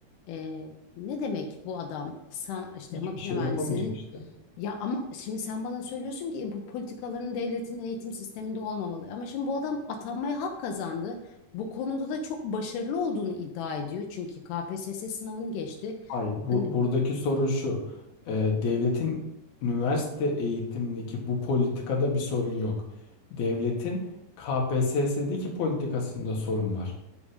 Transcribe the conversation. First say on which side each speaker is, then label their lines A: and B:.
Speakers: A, on the left; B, on the left.
A: e, ne demek bu adam san, işte
B: Hiçbir
A: makine
B: şey
A: mühendisinin
B: yapamayacak işte.
A: ya ama şimdi sen bana söylüyorsun ki "E, bu politikaların devletin eğitim sisteminde olmamalı. Ama şimdi bu adam atanmaya hak kazandı. Bu konuda da çok başarılı olduğunu iddia ediyor. Çünkü KPSS sınavını geçti.
B: Hayır, bu-
A: Hani
B: buradaki sorun şu. Ee, devletin üniversite eğitimindeki bu politikada bir sorun yok. Devletin KPSS'deki politikasında sorun var.